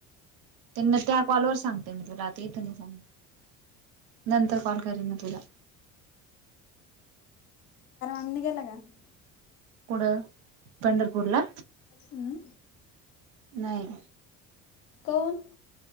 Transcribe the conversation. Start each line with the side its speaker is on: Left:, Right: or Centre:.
Right: त्यांना त्या कॉल वर सांगते मी तुला आता इथं सांगते. नंतर कॉल करेल मी तुला
Left: <unintelligible>
Right: कुठं पंढरपूरला
Left: हं?
Right: नाही
Left: कौन